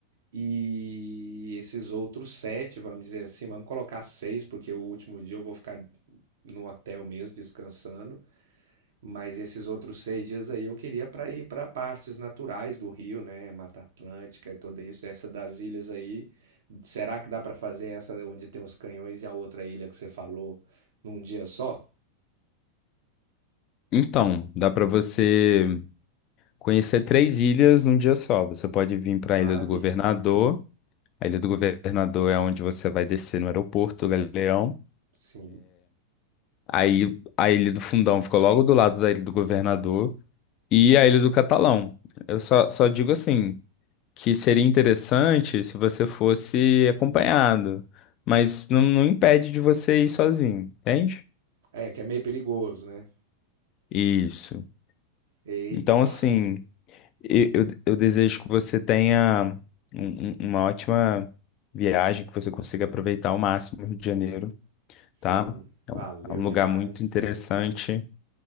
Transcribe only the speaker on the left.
Então, dá para você conhecer três ilhas num dia só. Você pode vir para a
Ilha do Governador. A Ilha do Governador é onde você vai descer no aeroporto do Galeão.
Aí a Ilha do Fundão fica logo do lado da Ilha do Governador. e a Ilha do Catalão. Eu só, só digo assim, que seria interessante se você fosse acompanhado, mas não, não impede de você ir sozinho, entende?
Isso.
Então, assim,
e- eu, eu desejo que você tenha um- um- uma ótima viagem, que você consiga aproveitar ao máximo o Rio de Janeiro,
tá?
É um, é um
lugar muito interessante.